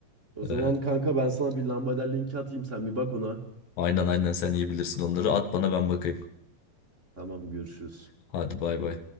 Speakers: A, on the right (about 25°); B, on the left (about 80°).
A: O zaman
B: Ee,
A: kanka ben sana bir lambader linki atayım. Sen bir bak ona.
B: aynen aynen sen iyi bilirsin onları. At bana ben bakayım.
A: Tamam görüşürüz.
B: Hadi bay bay.